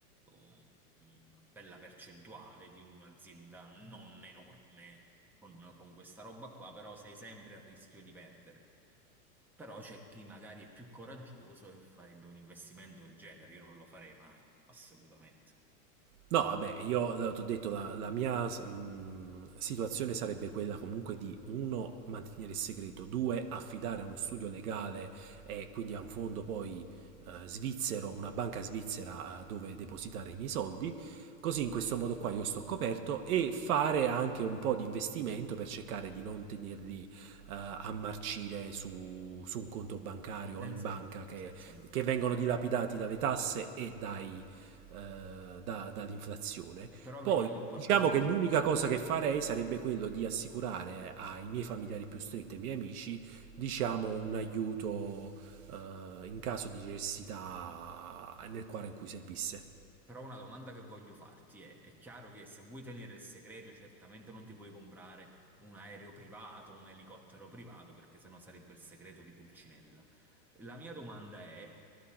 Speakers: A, in the centre; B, on the right.
A: un- una bella percentuale di un'azienda non enorme con, con questa roba qua, però sei sempre a rischio di perdere. Però c'è chi magari è più coraggioso e farebbe un investimento del genere, io non lo farei mai, assolutamente.
B: No, vabbè, io l'ho detto, la, la mia mh, situazione sarebbe quella comunque di, uno, mantenere il segreto, due, affidare a uno studio legale e quindi a un fondo poi eh, svizzero, una banca svizzera eh, dove depositare i miei soldi, così in questo modo qua io sto coperto e fare anche un po' di investimento per cercare di non tenerli eh, a marcire su, su un conto bancario
A: Senza
B: o in banca
A: dubbio,
B: che,
A: senza dubbio.
B: che vengono dilapidati dalle tasse e dai eh, da- dall'inflazione.
A: Eh, Però
B: Poi
A: vediamo a qualcosa
B: diciamo
A: di...
B: che l'unica cosa che
A: di-
B: farei sarebbe quello di assicurare ai miei familiari più stretti e ai miei amici, diciamo, un aiuto eh, in caso di necessità nel quadro in cui servisse.
A: Però una domanda che voglio farti è, è chiaro che se vuoi tenere il segreto, certamente non ti puoi comprare un aereo privato, un elicottero privato, perché sennò sarebbe il segreto di Pulcinella. La mia domanda è